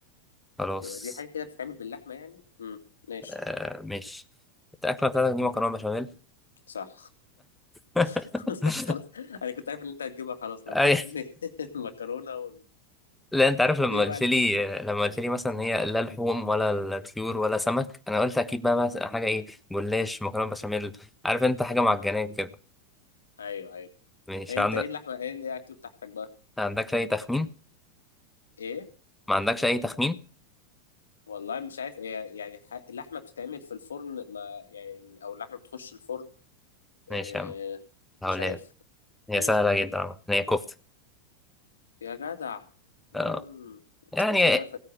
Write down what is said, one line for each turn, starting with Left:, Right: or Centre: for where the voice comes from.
Centre: خلاص
Left: يبقى دي حاجة كده بتتعمل باللحمة يعني امم ماشي
Centre: آه ماشي انت الأكلة بتاعتك دي مكرونة بشاميل
Left: صح
Centre: <laughs>
Left: <laughs> صح خلاص انا كنت عارف ان انت هتجيبها خلاص لما
Centre: أي
Left: قلت لي <laughs> المكرونه وال...
Centre: لا انت عارف لما
Left: ايه
Centre: قلت
Left: بقى الت...
Centre: لي لما قلت لي مثلا هي لا لحوم ولا الطيور ولا سمك انا قلت اكيد بقى مثلا حاجة ايه جلاش مكرونة بشاميل عارف انت حاجة معجنات
Left: اه
Centre: كده
Left: ايوه ايوه
Centre: ماشي
Left: إيه
Centre: عندك
Left: انت ايه اللحمه ايه ايه الاكل بتاعتك بقى
Centre: ما عندكش اي تخمين
Left: ايه
Centre: ما عندكش اي تخمين
Left: والله مش عارف ايه يعني ح... اللحمه بتتعمل في الفرن ما يعني او اللحمه بتخش الفرن إيه
Centre: ماشي يا عم هقولها
Left: مش عارف
Centre: لك. هي
Left: ايه
Centre: سهلة جدا عم. هي كفتة
Left: يا جدع امم
Centre: اه يعني
Left: ازاي
Centre: هي
Left: ما ف...